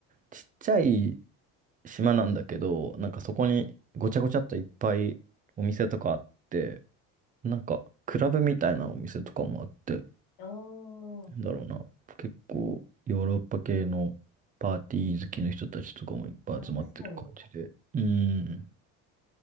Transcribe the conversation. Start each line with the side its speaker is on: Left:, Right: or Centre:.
Right: ちっちゃい島なんだけど、なんかそこにごちゃごちゃっといっぱいお店とかあって、なんかクラブみたいなお店とかもあって、
Left: あー
Right: なんだろうな。結構ヨーロッパ系のパーティー好きの人たちとかもいっぱい集まってる感じで。
Left: あ、確かに、
Right: うん。